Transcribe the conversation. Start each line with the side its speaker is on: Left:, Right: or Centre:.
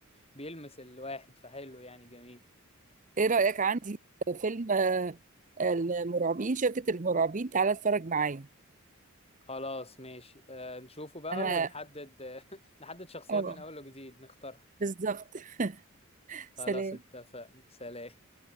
Left: وبيلمس <laughs> الواحد فحلو يعني جميل
Right: إيه رأيك عندي فيلم آه، المرعبين شركة المرعبين تعالى اتفرج معايا
Left: خلاص ماشي آه، نشوفه بقى
Right: أنا
Left: ونحدد <laughs> نحدد شخصيات
Right: أه
Left: من اول وجديد نختارها
Right: بالظبط <laughs>
Left: خلاص
Right: سلام
Left: اتفقنا سلام